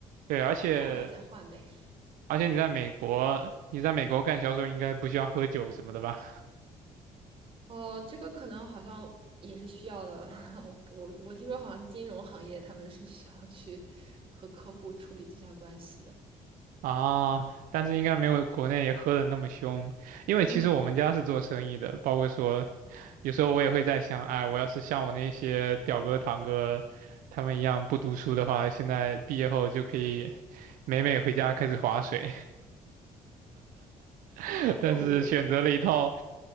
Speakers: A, on the right; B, on the right.
A: 对，而且
B: 大不了再换呗。
A: 而且你在美国，你在美国干销售应该不需要喝酒什么的吧？
B: 哦，这个可能好像也是需要的。<laughs> 我我我听说好像金融行业他们是需要去和客户处理这下关系的。
A: 啊，但是应该没有国内喝的那么凶，因为其实我们家是做生意的，
B: 嗯，是的，
A: 包括说，有时候我也会在想，哎，我要是像我那些表哥堂哥他们一样不读书的话，现在毕业后就可以美美回家开始划水，<laughs> 但是选择了一套。
B: 这我我